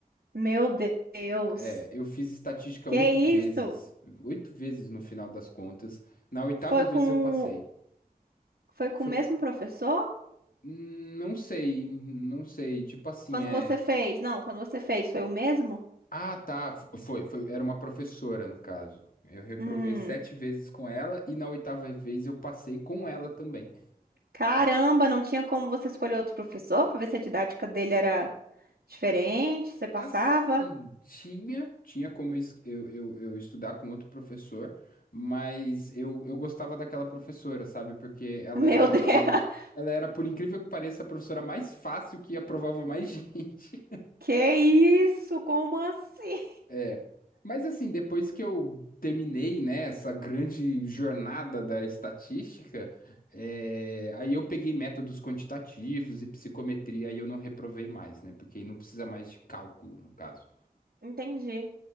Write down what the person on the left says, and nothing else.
É, eu fiz estatística
oito vezes,
oito vezes no final das contas. Na oitava
vez
eu passei.
Foi,
não sei, não sei. Tipo assim,
é.
Ah, tá. f- Foi, foi. Era uma professora no caso. Eu reprovei
sete vezes com ela e na oitava vez eu passei com ela também.
Assim, tinha, tinha como eu, es- eu, eu eu estudar com outro professor, mas eu, eu gostava daquela professora, sabe? Porque ela
era
a,
m- ela era, por incrível que pareça, a professora mais fácil que aprovava mais <laughs> gente.
É. Mas assim, depois que eu terminei, né, essa grande jornada da estatística, é, aí eu peguei métodos quantitativos e psicometria e eu não reprovei mais, né? Porque aí não precisa mais de cálculo, no caso.